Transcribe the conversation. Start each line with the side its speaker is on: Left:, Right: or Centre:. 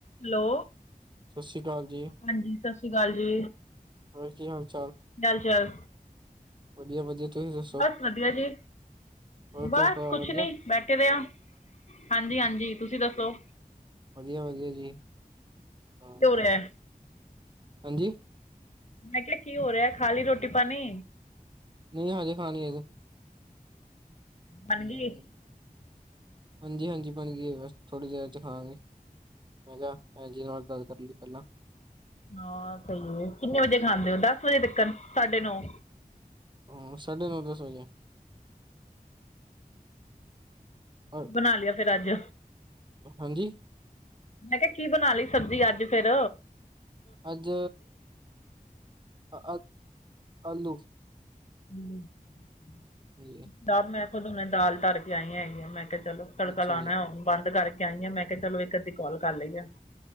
Left: ਹੈਲੋ।
Right: ਸਸ਼ੀ ਕਾਲ ਜੀ।
Left: ਹਾਂਜੀ ਸਸ੍ਰੀ ਕਾਲ ਜੀ।
Right: ਹੋਰ ਕੀ ਹਾਲ ਚਾਲ
Left: ਹਾਲ ਚਾਲ
Right: ਵਧੀਆ-ਵਧੀਆ ਤੁਸੀਂ ਦੱ
Left: ਬਸ ਵਧੀਆ ਜੀ, ਬਸ
Right: ਘਰ ਪਰਿਵਾਰ
Left: ਕੁਛ
Right: ਵਧੀਆ?
Left: ਨੀ। ਬੈਠੇ ਦੇ ਆ। ਹਾਂਜੀ ਹਾਂਜੀ ਤੁਸੀਂ ਦੱਸੋ।
Right: ਵਧੀਆ-ਵਧੀਆ ਜੀ
Left: ਕੀ
Right: ਹ
Left: ਹੋ ਰਿਹਾ
Right: ਹਾਂਜੀ।
Left: ਮੈਂ ਕਿਆ ਕੀ ਹੋ ਰੇਆ ਖਾ ਲੀ ਰੋਟੀ ਪਾਣੀ।
Right: ਨਈ ਹਜੇ ਖਾਣੀ ਅਜੇ
Left: ਬਣ
Right: ਹੂੰ।
Left: ਗਈ
Right: ਹਾਂਜੀ-ਹਾਂਜੀ ਬਣ ਗੀ ਐ ਬਸ ਥੋੜੀ ਦੇਰ ਚ ਖਾਂਵਾਗੇ। ਮੈਂ ਕਿਆ ਭੈਣ ਜੀ ਨਾਲ ਗੱਲ ਕਰ ਲਈਏ ਪੈਲਾਂ।
Left: ਹਾਂ ਸਈ ਐ ਕਿੰਨੇ ਵਜੇ ਖਾਂਦੇ ਓ ਦੱਸ ਵਜੇ ਤੀਕਣ ਸਾਡੇ ਨੌ।
Right: ਹਾਂ ਸਾਡੇ ਨੌ ਦਸ ਵਜੇ। ਅ-
Left: ਬਣਾ ਲਿਆ ਫਿਰ ਅੱਜ
Right: ਹਾਂਜੀ।
Left: ਮੈਂ ਕਿਆ ਕੀ ਬਨਾ ਲਈ ਸਬਜੀ ਅੱਜ ਫੇਰ।
Right: ਅੱਜ ਆ ਆਲੂ।
Left: <unintelligible>
Right: ਕੀ ਐ
Left: ਦਾ ਮੈਂ ਥੁਆਨੂੰ ਮੈਂ ਦਾਲ ਧਰ ਕੇ ਆਈ ਐਂ ਹੈਗੀ ਆਂ। ਮੈਂ ਕਿਆ ਚਲੋ ਤੜਕਾ
Right: ਅੱਛਾ
Left: ਲਾਨੈ
Right: ਜੀ,
Left: ਬੰਦ ਕਰਕੇ ਆਈ ਆਂ। ਮੈਂ ਕਿਆ ਚਲੋ ਏੱਕ-ਅੱਧੀ ਕਾਲ ਕਰ ਲੈਨੇਂ ਆਂ।